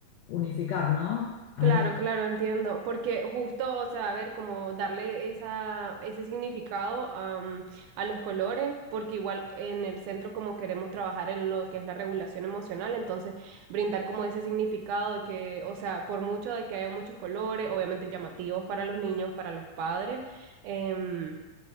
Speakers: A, on the left; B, on the right.
A: unificar, ¿no? Ahí.
B: Claro, claro, entiendo, porque justo, o sea, a ver, como darle esa, ese significado am, a los colores, porque igual en el centro como queremos trabajar en lo que es la regulación emocional, entonces brindar como ese significado de que, o sea, por mucho de que haya muchos colores, obviamente llamativos para los niños, para los padres, em,